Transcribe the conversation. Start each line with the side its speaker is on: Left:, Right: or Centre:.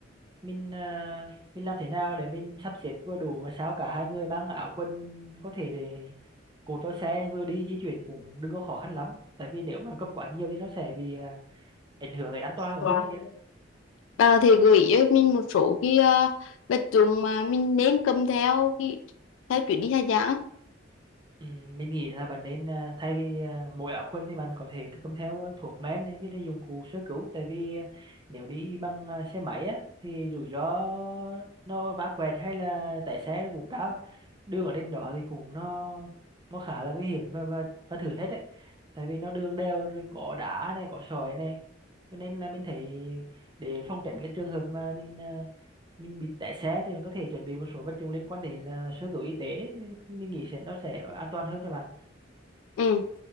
Right: mình à, mình làm thế nào để mình sắp xếp vừa đủ mà sao cả hai người mang áo quần có thể để cột vào xe vừa đi di chuyển cũng đừng có khó khăn lắm tại vì nếu mà cầm quá nhiều thì nó sẽ bị à, ảnh hưởng tới an toàn của
Left: không?
Right: mình nhé
Left: Bà có thể gợi ý cho mình một số cái ờ, vật dụng mà mình nên cầm theo khi theo chuyến đi khai giảng.
Right: Ừ, mình nghĩ là bạn nên à, thay vì à, mỗi áo quần thì bạn có thể tự cầm theo à, thuốc men này với lại dụng cụ sơ cứu tại vì à, nếu đi bằng à, xe máy á thì rủi ro nó vá quẹt hay là tái xe nó cũng cao đường ở trên đó thì cũng nó nó khá là nguy hiểm và và, và thử thách đấy tại vì nó đường đèo rồi có đá này có sỏi này cho nên là mình thấy để phòng tránh cái trường hợp mà mình à, mình bị té xe thì mình có thể chuẩn bị một số vật dụng liên quan đến là sơ cứu y tế mình nghĩ sẽ nó sẽ an toàn hơn cho bạn
Left: Ừ.